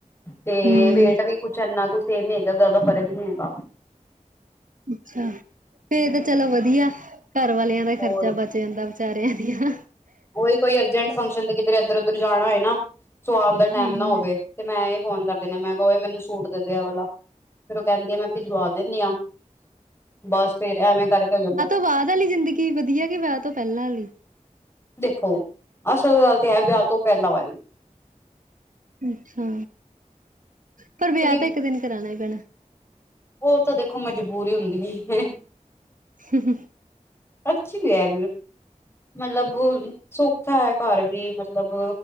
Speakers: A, on the left (about 20°); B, on the right (about 80°).
A: ਤੇ
B: ਹੂੰ,
A: ਵੇਟ ਵੀ ਕੁਛ ਇੰਨਾ ਕੁਛ ਸੇਮ ਨੀ ਹੈਗਾ ਜਾਦਾ ਫਰਕ ਨੀ ਹੈਗਾ
B: ਅੱਛਾ ਫੇਰ ਤਾਂ ਚਲੋ ਵਧੀਆ ਘਰ ਵਾਲਿਆਂ ਦਾ ਈ
A: ਹੋਰ
B: ਖਰਚਾ ਬਚ ਜਾਂਦਾ ਵਿਚਾਰਿਆਂ ਦੀ ਹਾ
A: ਉਹੀ ਕੋਈ ਅਰਜੈਂਟ ਫੰਕਸ਼ਨ ਤੇ ਕਿਧਰ ਇੱਧਰ ਉੱਧਰ ਜਾਣਾ ਹੋਏ ਨਾ ਸੁਆਣ ਦਾ
B: ਹੂੰ,
A: ਟਾਈਮ ਨਾ ਹੋਵੇ ਤੇ ਮੈਂ ਇਹ ਫੋਨ ਕਰ ਦਿਨੀ ਆ ਮੈਂ ਕਹ ਮੈਨੂੰ ਸੂਟ ਦੇ ਦੇ ਆ ਵਾਲਾ ਫੇਰ ਉਹ ਕਹਿੰਦੀ ਆ ਮੈਂ ਭਿਜਵਾ ਦਿੰਦੀ ਆ ਬਸ ਫੇਰ ਐਵੇਂ ਕਰਕੇ ਹੋ ਜਾਂਦਾ
B: ਸਵਾਦ ਵਾਲੀ ਜ਼ਿੰਦਗੀ ਕੀ ਵਧੀਆ ਕਿ ਵਿਆਹ ਤੋਂ ਪਹਿਲਾਂ ਆਲੀ
A: ਦੇਖੋ ਅਸਲ ਗੱਲ ਤੇ ਹੈ ਵਿਆਹ ਤੋਂ ਪੈਲਾਂ ਵਾਲੀ
B: ਅੱਛਾ ਪਰ ਵਿਆਹ
A: ਕਿਉਂਕਿ
B: ਤਾਂ ਇੱਕ ਦਿਨ ਕਰਾਣਾ ਹੀ ਪੈਣਾ
A: ਉਹ ਤਾਂ ਦੇਖੋ ਮਜਬੂਰੀ ਹੁੰਦੀ ਏ
B: ਹ ਹ
A: ਅੱਛੀ ਐ ਮਤਲਬ ਸੌਖਾ ਹੈ ਘਰ ਵੀ ਮਤਲਬ